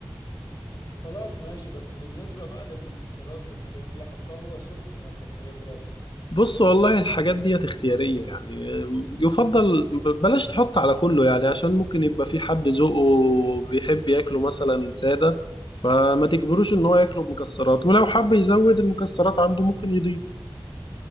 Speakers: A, on the left; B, on the left.
A: خلاص ماشي بس بالنسبة بقى للمكسرات والحاجات دي احطها هو سخن ولا لما يبرد
B: بص والله الحاجات ديت اختيارية يعني يفضل بلاش تحط على كله يعني عشان ممكن يبقى في حد ذوقه بيحب ياكله مثلا سادة فما تجبروش ان هو ياكله بمكسرات ولو حب يزود المكسرات عنده ممكن يضيف